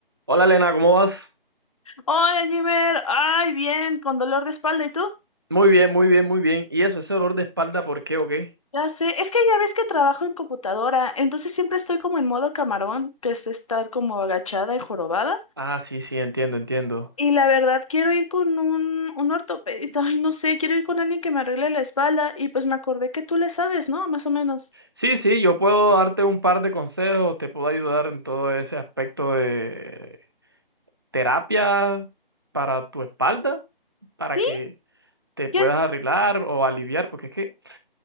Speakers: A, on the right; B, on the left.
A: Hola Elena, ¿cómo vas?
B: Hola, Jimmer. Ay, bien, con dolor de espalda. ¿Y tú?
A: Muy bien, muy bien, muy bien. ¿Y eso, ese dolor de espalda, por qué o qué?
B: Ya sé. Es que ya ves que trabajo en computadora, entonces siempre estoy como en modo camarón, que es estar como agachada y jorobada.
A: Ah, sí, sí, entiendo, entiendo.
B: Y la verdad, quiero ir con un, un ortopedista. Ay, no sé, quiero ir con alguien que me arregle la espalda. Y pues me acordé que tú le sabes, ¿no? Más o menos.
A: Sí, sí, yo puedo darte un par de consejos, te puedo ayudar en todo ese aspecto de terapia para tu espalda, para
B: ¿Sí?
A: que te puedas
B: ¿Qué,
A: arreglar o aliviar, porque es que